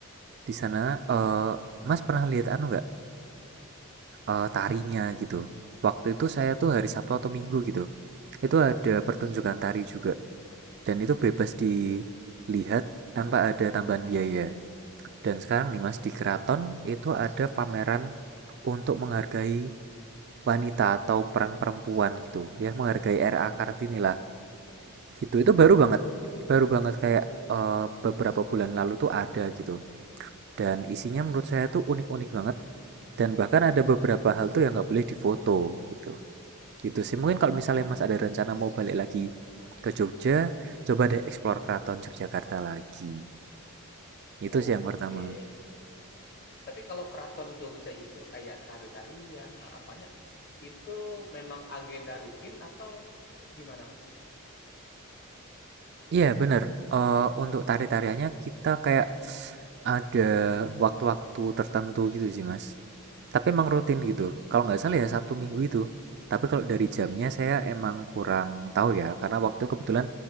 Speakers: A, on the right; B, on the left.
A: di sana eh, Mas pernah lihat anu nggak eh, tarinya gitu. Waktu itu saya tuh hari Sabtu atau Minggu gitu. Itu ada
B: mhm.
A: pertunjukan tari juga dan itu bebas dilihat tanpa ada tambahan biaya. Dan sekarang nih Mas di keraton
B: Oh,
A: itu ada pameran untuk menghargai wanita atau peran perempuan gitu ya menghargai RA Kartini lah gitu itu baru banget baru banget kayak eh, beberapa bulan lalu tuh ada gitu Dan isinya menurut saya tuh unik-unik banget. Dan bahkan ada beberapa hal tuh yang nggak boleh difoto gitu. Gitu sih. Mungkin kalau misalnya Mas
B: gitu.
A: ada rencana mau balik lagi ke Jogja, coba deh explore Keraton Yogyakarta lagi. Itu
B: Oke.
A: sih yang pertama.
B: Tapi kalau keraton Jogja itu kayak tari-tarian lah, apanya, itu memang agenda rutin atau gimana, Mas?
A: Iya bener. Eh, untuk tari-tariannya kita kayak ada waktu-waktu tertentu gitu sih Mas. Tapi emang rutin gitu.
B: Mmm,
A: Kalau nggak salah ya Sabtu Minggu itu. Tapi kalau dari jamnya saya emang kurang tahu ya, karena waktu kebetulan